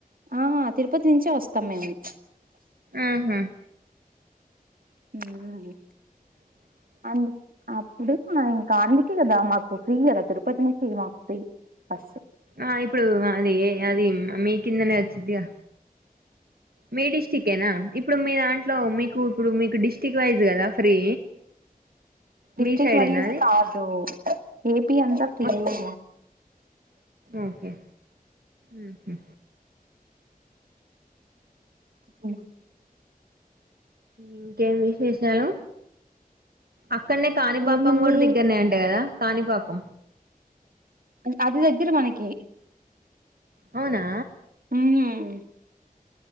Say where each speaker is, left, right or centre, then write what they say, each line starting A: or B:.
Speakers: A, on the right; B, on the right.
A: ఆహ తిరుపతి నుంచే వస్తాం మేము
B: ఆహా
A: నిజమే
B: అ
A: అందు అప్పుడే ఇంకా అందుకే కదా మాకు ఫ్రీ కదా తిరుపతి నుంచి మాకు ఫ్రీ బస్సు
B: ఆ ఇప్పుడు అది అది మీ కిందనే వచ్చిదిగా మీ డిస్టికెనా ఇప్పుడు మీరన్ ట్లో మీకు ఇప్పుడు మీకు డిస్టిక్ వైజ్ కదా ఫ్రీ
A: డిస్ట్రిక్ట్
B: మీ సైడేనా
A: వైజ్
B: అది
A: కాదు ఏపి అంతా ఫ్రీయె
B: మొత్తం ఓకే ఉహు
A: అ
B: ఇంకే విశేషాలు? అక్కడనే కాణిపాకం
A: ఏముంది
B: కూడా దగ్గరనే అంట కదా కాణిపాకం
A: అది దగ్గర మనకి
B: అవునా
A: హ్మ్మ్